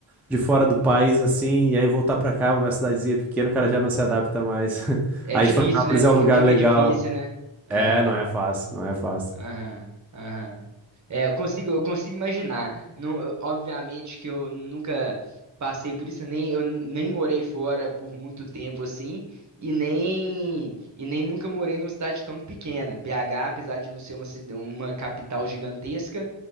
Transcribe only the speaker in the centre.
de fora do país, assim, e aí voltar pra cá, uma cidadezinha pequena, o cara já não se adapta mais. <laughs>
Aí
Florianópolis
é um lugar
legal.
É, não é fácil, não é fácil.